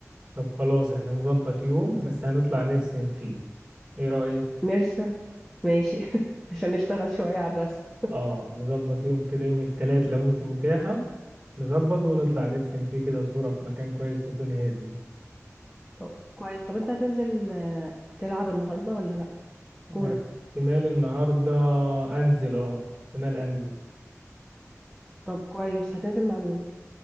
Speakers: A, on the right (about 15°); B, in the centre.
A: طب خلاص احنا نظبط يوم بس هنطلع نرسم فيه ايه رأيك؟
B: نرسة ماشي <laughs> عشان نشتغل شوية على الرسم
A: اه نظبط يوم كده يوم التلات لو انت متاحة نظبط ونطلع نرسم فيه كده صورة في مكان كويس يكون هادي
B: طب كويس طب انت هتنزل آه، تلعب النهاردة ولا لا
A: آه،
B: كورة
A: احتمال النهاردة انزل اه احتمال انزل
B: طب كويس هتنزل مع مين